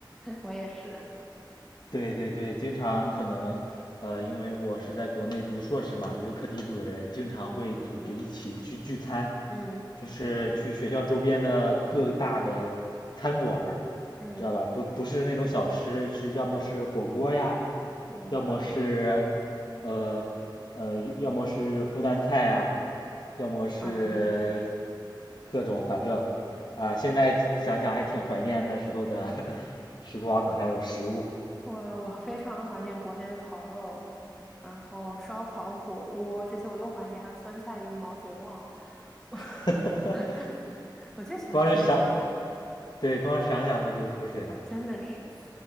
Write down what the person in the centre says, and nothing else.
我也是。<laughs>
嗯嗯
嗯
嗯
啊，
我我非常的怀念国内的烤肉，然后烧烤、火锅这些我都怀念，还有酸菜鱼、毛血旺，<laughs>
我最喜欢吃这些，
真的是